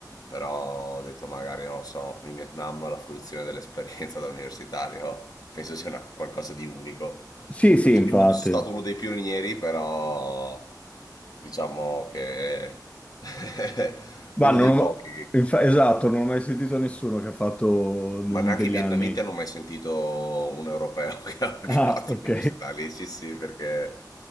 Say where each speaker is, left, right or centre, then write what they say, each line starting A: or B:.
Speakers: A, on the left; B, on the left.
A: però ho detto magari, non lo so, in Vietnam la fruizione dell'esperienza da universitario penso sia una- qualcosa di unico.
B: Sì, sì,
A: Non ti
B: infatti.
A: dico che sono stato uno dei pionieri, però diciamo che <laughs>
B: Ma
A: uno
B: non
A: dei pochi.
B: ho... infa- Esatto, non ho mai sentito nessuno che ha fatto de-
A: Ma neanche
B: degli
A: i vietnamiti
B: anni.
A: hanno mai sentito un europeo <laughs> che ha che
B: Ah,
A: ha fatto
B: ok.
A: l'università lì, sì sì, perché